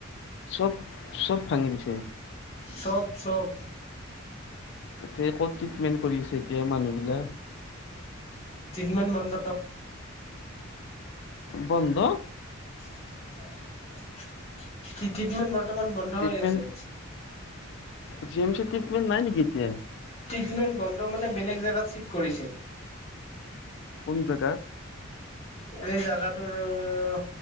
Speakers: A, on the left (about 60°); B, on the left (about 30°).
A: চব চব ভাঙি দিছে।
B: চব চব।
A: ক'ত ট্ৰিটমেন্ট কৰিছে এতিয়া মানুহ বিলাক?
B: টিটমেন্ট বন্ধ।
A: বন্ধ।
B: কি ট্ৰিটমেণ্ট বৰ্তমান বন্ধ
A: ট্ৰিটমেণ্ট
B: হৈ আছে।
A: জি এম চে টিপমেণ্ট নেকিতিয়া।
B: ট্ৰিটমেণ্ট বন্ধ মানে বেলেগ জেগাত চিফ্ট কৰিছে।
A: কোন জেগাত
B: এই জাগাটোৰ